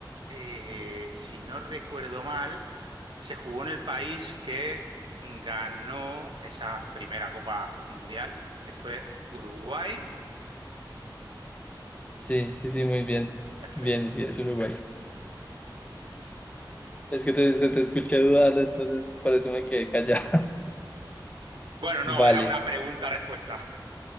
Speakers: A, on the right (about 75°); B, on the left (about 15°).
A: eh, si no recuerdo mal, se jugó en el país que ganó esa primera Copa Mundial, que fue Uruguay.
B: Sí, sí, sí, muy bien.
A: Perfecto.
B: Bien, sí, es Uruguay. Es que te, se te escuché dudando, entonces por eso me quedé callado.
A: Bueno, no,
B: <laughs>
A: era
B: Vale.
A: una pregunta-respuesta.